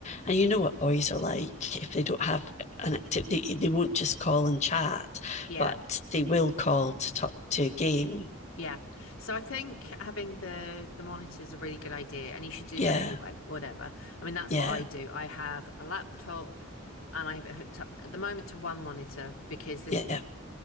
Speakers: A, on the left (about 35°); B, on the left (about 85°).
A: And you know what boys are like. If they don't have an activity, they they won't just call and chat,
B: yeah,
A: but they will call to talk to a game.
B: yeah. So I think having the the monitor is a really good idea, and you should do
A: Yeah,
B: that anyway. Whatever. I mean, that's
A: yeah,
B: what I do. I have a laptop, and I have it hooked up at the moment to one monitor because this
A: yeah,